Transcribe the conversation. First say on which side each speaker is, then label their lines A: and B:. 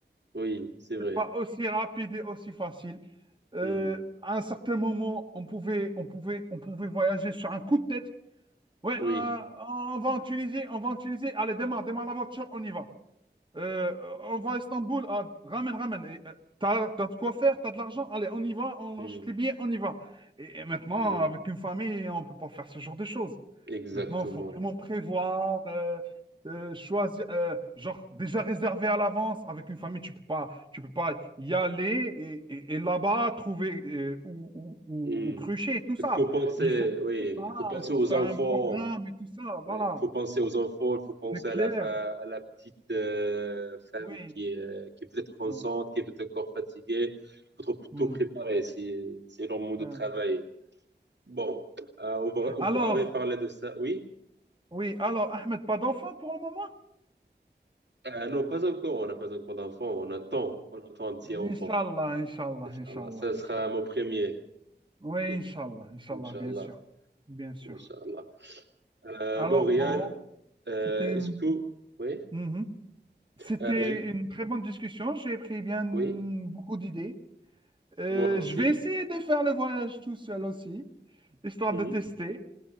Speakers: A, on the right (about 75°); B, on the right (about 25°).
A: oui, c'est vrai.
B: C'est pas aussi rapide et aussi facile. Euh,
A: Hmm.
B: à un certain moment, on pouvait, on pouvait, on pouvait voyager sur un coup de tête. Ouais,
A: Oui,
B: euh, on va en Tunisie, on va en Tunisie. Allez, démarre, démarre la voiture, on y va. Euh, on va à Istanbul, ah, ramène, ramène. Et, euh, T'as, t'as de quoi faire, t'as de l'argent, allez, on y va, on
A: Hmm.
B: achète les billets, on y va. Et, et maintenant,
A: Hmm.
B: avec une famille, on peut pas faire ce genre de choses.
A: Exactement.
B: Maintenant, il faut vraiment prévoir, euh, euh, choisir, euh, genre déjà réservé à l'avance. Avec une famille, tu peux pas, tu peux pas y aller et, et- et là-bas trouver euh, ou, ou, ou-
A: Hmm.
B: ou crucher et tout ça.
A: Il faut penser,
B: Il faut,
A: oui,
B: ah,
A: il faut penser
B: il faut
A: aux
B: faire
A: enfants.
B: un programme et tout ça, voilà.
A: Ouais, Il faut penser aux enfants, il faut penser
B: C'est clair,
A: à la, fa- à la petite euh, femme
B: oui.
A: qui est, euh, qui est peut-être enceinte,
B: Oui.
A: qui est peut-être encore fatiguée. Il faut trop-
B: Hmm.
A: tout préparer, c'est c'est leur monde
B: Ouais.
A: de travail. Bon, euh, on va- on
B: Alors,
A: pourra reparler de ça, oui?
B: oui, alors, Ahmed, pas d'enfant pour le moment?
A: Euh, non, pas encore, on n'a pas encore d'enfant, on attend, on attend un petit enfant.
B: Inch'Allah, Inch'Allah,
A: Inch'Allah,
B: Inch'Allah,
A: ça
B: Inch'Allah.
A: sera mon premier.
B: Oui,
A: <laughs>
B: Inch'Allah, Inch'Allah,
A: Inch'Allah,
B: bien sûr. Bien sûr.
A: Inch'Allah. Euh,
B: Alors,
A: bon, Riyad,
B: bon,
A: euh,
B: c'était une...
A: est-ce que... Oui?
B: Mhm. C'était
A: Euh, j'ai-
B: une très bonne discussion. J'ai pris bien beaucoup
A: Oui?
B: d'idées. Euh,
A: Moi aussi.
B: je vais essayer de faire le voyage tout seul aussi, histoire
A: Mhm.
B: de tester.